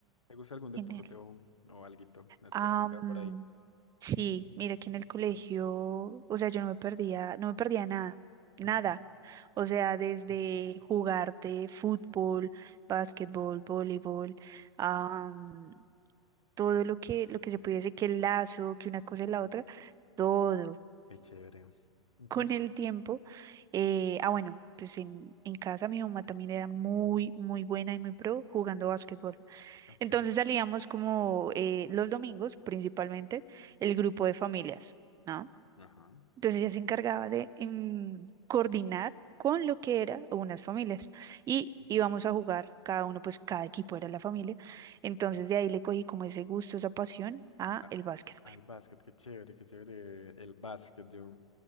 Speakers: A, on the left (about 85°); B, on the right (about 20°).
A: te gusta algún deporte
B: genial.
A: o, o alguito? ¿Has
B: Am,
A: practicado por ahí?
B: sí, mira que en el colegio,
A: Tam-
B: o sea, yo no me perdía, no me perdía nada,
A: Ujú,
B: nada. O sea, desde
A: ujú,
B: jugarte fútbol, básquetbol, voleibol, am, todo lo que, lo que se pudiese, que el lazo, que una cosa y la otra,
A: sí.
B: todo.
A: Qué chévere. Ujú,
B: con el tiempo. eh, ah, bueno, pues en, en casa mi mamá también era muy, muy buena y muy pro jugando básquetbol.
A: Ok.
B: Entonces salíamos como eh, los domingos, principalmente, el grupo de familias, ¿no?
A: Ajá.
B: Entonces ella se encargaba de em, coordinar con lo que era unas familias y íbamos
A: Wow.
B: a jugar, cada uno, pues cada equipo era la familia. Entonces
A: ok.
B: de ahí le cogí como ese gusto, esa pasión a
A: A-
B: el básquetbol.
A: al básquet, qué chévere, qué chévere el básquet. Yo